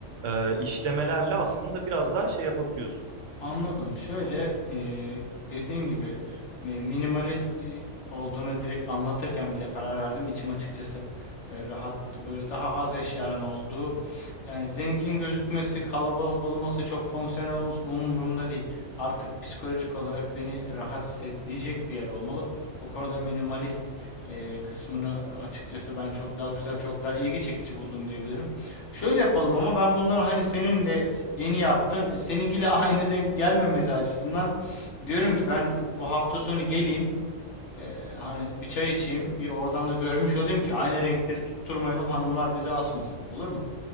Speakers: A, on the right (about 75°); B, on the left (about 70°).
A: e, işlemelerle aslında biraz daha şey yapabiliyorsun.
B: Anladım. Şöyle eee, dediğim gibi mi- minimalist e, olduğunu direkt anlatırken bile karar verdim. İçim açıkçası e, rahatladı. Böyle daha az eşyanın olduğu Yani zengin gözükmesi, kalabalık olması, çok fonksiyonel olması umurumda değil. Artık psikolojik olarak beni rahat hissettirecek bir yer olmalı. O konuda minimalist eee, kısmını açıkçası ben çok daha güzel, çok daha ilgi çekici buldum diyebilirim. Şöyle yapalım ama ben bunları hani senin de yeni yaptın, e, seninkiyle <laughs> aynı denk gelmemesi açısından diyorum ki ben e, bu hafta sonu geleyim. eee, hani bir çay içeyim, bir oradan da görmüş olayım ki aynı renkleri tutturmayalım hanımlar bizi asmasın. Olur mu?